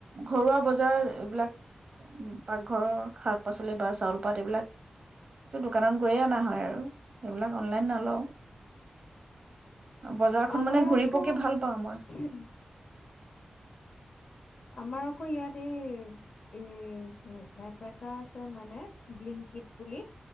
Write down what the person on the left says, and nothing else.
আমাৰ
আকৌ
<unintelligible> আমাৰ আকৌ ইয়াত, এই -এ-এই এপ এটা আছে মানে, ব্লিংকিত বুলি